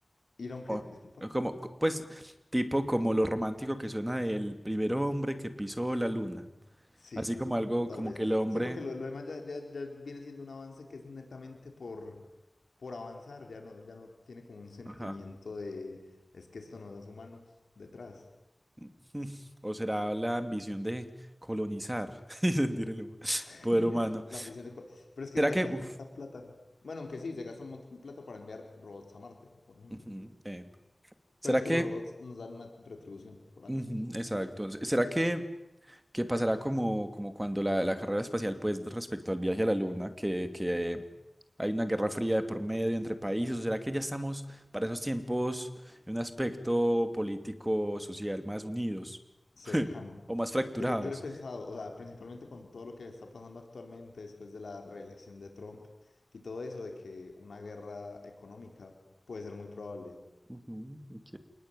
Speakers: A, on the left; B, on the right.
A: ¿ir a un qué?
B: O-
A: Disculpa.
B: o Como, co- pues, tipo como lo romántico que suena el primer hombre que pisó la luna.
A: Sí,
B: Así
A: sí,
B: como algo
A: tal
B: como
A: vez.
B: que el hombre.
A: Sí, porque lo, lo demás ya, ya, ya viene siendo un avance que es netamente por, por avanzar, ya no, ya no tiene como un sentimiento
B: Ajá.
A: de es que esto nos hace humanos detrás.
B: <laughs> O será la ambición de colonizar <laughs> y sentir el hu-
A: <laughs>
B: poder
A: de
B: humano.
A: la misión de... co- Pero es que
B: ¿Será
A: gastar
B: que. uf,
A: tanta plata. Bueno, aunque sí, se gasta un montón de plata para enviar robots a Marte, por ejemplo.
B: ujú, eh, ¿será
A: Pero es que
B: que.
A: los robots nos dan una retribución, por al
B: ujú,
A: menos,
B: exacto. ¿Será que que pasará como, como cuando la, la carrera espacial, pues respecto al viaje a la Luna, que, que hay una guerra fría de por medio entre países, o será que ya estamos para esos tiempos en un aspecto político, social más unidos
A: cercano.
B: <laughs> o más fracturados?
A: Yo, lo- yo lo he pensado, o sea, principalmente con todo lo que está pasando actualmente después de la reelección de Trump y todo eso, de que una guerra económica puede ser muy probable.
B: Ujú, ok,